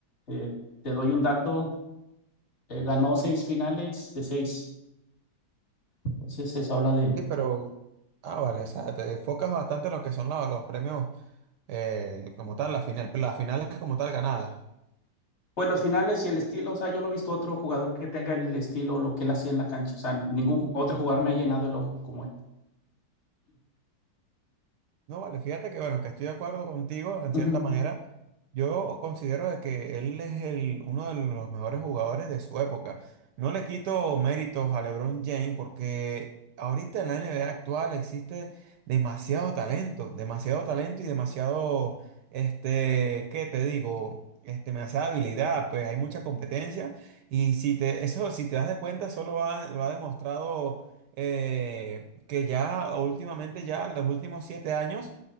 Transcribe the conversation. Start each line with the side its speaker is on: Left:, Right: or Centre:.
Left: Eh, te doy un dato, eh, ganó seis finales de seis. Entonces eso habla de,
Right: Sí, pero, ah, vale, o sea, te enfocas bastante en lo que son los, los premios eh, como tal, la final, las finales como tal ganadas.
Left: pues los finales y el estilo. O sea, yo no he visto otro jugador que tenga el estilo, lo que él hacía en la cancha. O sea, ningún ju- otro jugador me ha llenado el ojo como él.
Right: No, vale, fíjate que bueno, que estoy de acuerdo contigo en
Left: Ujú.
Right: cierta manera. Yo considero de que él es el, uno de los mejores jugadores de su época. No le quito méritos a LeBron James porque ahorita en la NBA actual existe demasiado talento, demasiado talento y demasiado, este, ¿qué te digo? Este, demasiada habilidad, pues hay mucha competencia y si te, eso, si te das de cuenta, solo ha- lo ha demostrado eh, que ya últimamente, ya en los últimos siete años,